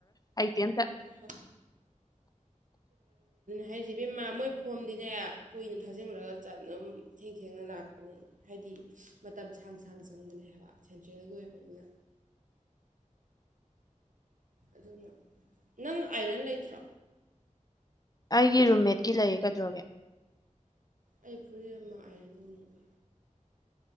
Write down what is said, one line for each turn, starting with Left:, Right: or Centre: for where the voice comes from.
Left: ꯑꯗꯤꯟ ꯇ
Right: ꯍꯣꯏ ꯍꯥꯏꯁꯤꯦꯕꯦꯝꯃꯥ ꯃꯣꯏ ꯐꯣꯝꯗꯤꯅꯦ ꯀꯨꯏꯅ ꯊꯥꯖꯤꯜꯈꯂꯒ ꯆꯠꯅꯕ ꯊꯦꯡ ꯊꯦꯡꯅ ꯂꯥꯛꯄꯅꯦ ꯍꯥꯏꯕꯗꯤ ꯃꯇꯝ ꯁꯥꯡ ꯁꯥꯡ ꯆꯪꯕꯅꯦ ꯍꯥꯏꯕ ꯁꯦꯟꯇ꯭ꯔꯦꯜꯒꯤ ꯑꯣꯏꯕꯅꯤꯅ ꯑꯗꯨꯅ ꯅꯪ ꯑꯥꯏꯔꯟ ꯂꯩꯇ꯭ꯔꯣ
Left: ꯑꯩꯒꯤ ꯔꯨꯝꯃꯦꯠꯀꯤ ꯂꯩꯌꯦ ꯀꯗꯧꯒꯦ
Right: ꯑꯩ ꯐꯨꯔꯤ ꯑꯃ ꯑꯥꯏꯅ ꯂꯧꯅꯤꯡꯕꯦ